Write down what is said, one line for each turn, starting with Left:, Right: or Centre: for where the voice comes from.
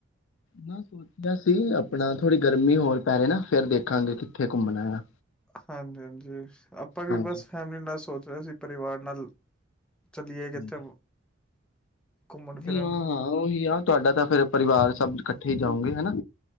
Left: ਮੈਂ ਸੋਚਿਆ ਸੀ। ਆਪਣਾ ਥੋੜ੍ਹੀ ਗਰਮੀ ਹੋਰ ਪੈ ਰਹੀ ਨਾ ਫੇਰ ਦੇਖਾਂਗੇ ਕਿੱਥੇ ਘੁੰਮਣਾ ਹੈ ਨਾ
Centre: ਹਾਂਜੀ ਹਾਂਜੀ। ਆਪਾਂ ਵੀ
Left: ਹਾਂਜੀ
Centre: ਬਸ ਫੈਮਿਲੀ ਨਾਲ ਸੋਚ ਸੀ ਪਰਿਵਾਰ ਨਾਲ ਚਲੀਏ
Left: ਹਾਂਜੀ,
Centre: ਕਿੱਥੇ ਘੁੰਮਣ ਫਿਰਨ
Left: ਨਹੀਂ ਹਾਂ ਹਾਂ ਉਹੀ ਆ ਤੁਹਾਡਾ ਤਾਂ ਫੇਿਰ ਪਰਿਵਾਰ ਸਭ ਇਕੱਠ ਉੱਠੇ ਹੀ ਜਾਉਂਗੇ ਹਨਾ